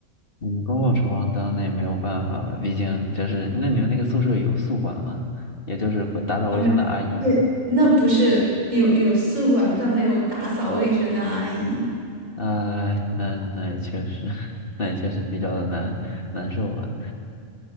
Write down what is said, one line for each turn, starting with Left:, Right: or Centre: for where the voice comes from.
Left: 嗯，公共厨房当然那也没有办法了，毕竟就是那你们那个宿舍有宿管吗？也就是管打扫卫生的阿姨。
Right: 我每对，那不是有有宿管，但没有打扫卫生的阿姨。
Left: 哎，那那也确实，<laughs> 那也确实比较的难难受吧。